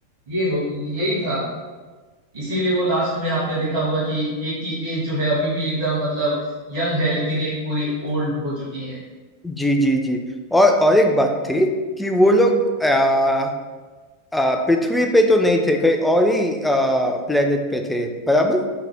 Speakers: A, on the right (about 65°); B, in the centre.
A: ये हो यही था इसीलिए वो लास्ट में आपने देखा होगा कि एक की एज जो है अभी भी एकदम मतलब यंग है लेकिन एक पूरी ओल्ड हो चुकी है
B: जी जी जी और और एक बात थी कि वो लोग आ, आ, पृथ्वी पे तो नहीं थे कहीं और ही प्लेनेट पे थे बराबर